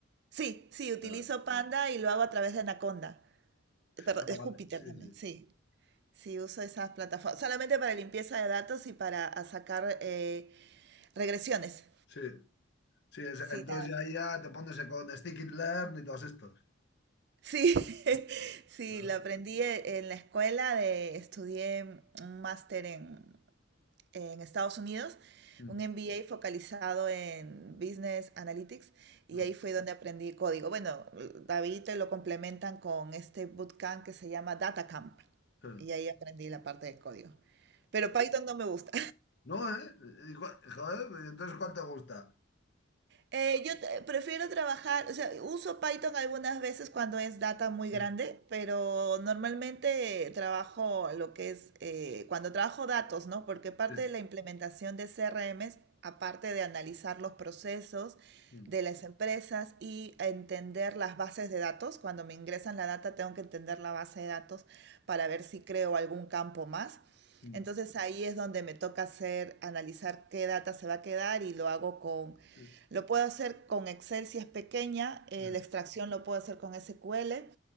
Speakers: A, on the right (about 50°); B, on the left (about 55°).
A: Sí, sí, utilizo
B: Ah,
A: Panda y lo hago a través de Anaconda, eh, perdón,
B: Ah,
A: de
B: vale,
A: Júpiter
B: sí,
A: también,
B: sí,
A: sí. Sí, uso esas plataformas, solamente para limpieza de datos y para a sacar eh, regresiones.
B: sí. Sí, es-
A: Sí,
B: entonces
A: nada.
B: ya, ahí ya te pones con Sticky Learn y todos estos.
A: Sí, <laughs> sí,
B: ah.
A: lo aprendí e- en la escuela, de, estudié un máster en en Estados Unidos,
B: Mm,
A: un MBA focalizado en Business Analytics y
B: mm,
A: ahí fue donde aprendí código. Bueno, David te lo complementan con este bootcamp que se llama Data Camp
B: sí.
A: y ahí aprendí la parte de código. Pero Python no me gusta.
B: No, ¿eh? Y cua- Joder, ¿y entonces ¿cuál te gusta?
A: Eh, yo te- prefiero trabajar, o sea, uso Python algunas veces cuando es data muy
B: Sí,
A: grande, pero normalmente eh, trabajo lo que es, eh, cuando trabajo datos, ¿no? Porque parte
B: sí,
A: de la implementación de CRMs, aparte de analizar los procesos
B: mm,
A: de las empresas y entender las bases de datos, cuando me ingresan la data tengo que entender la base de datos para ver si creo algún campo más.
B: mm,
A: Entonces ahí es donde me toca hacer, analizar qué data se va a quedar y lo hago con
B: sí,
A: lo puedo hacer con Excel si es pequeña, eh,
B: sí,
A: la extracción lo puedo hacer con SQL